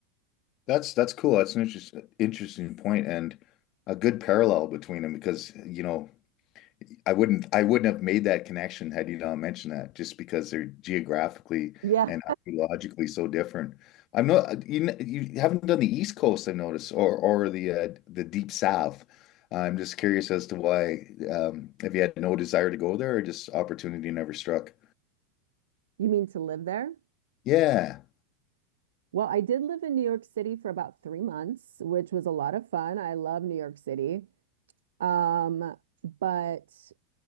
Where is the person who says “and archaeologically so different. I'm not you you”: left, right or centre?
Left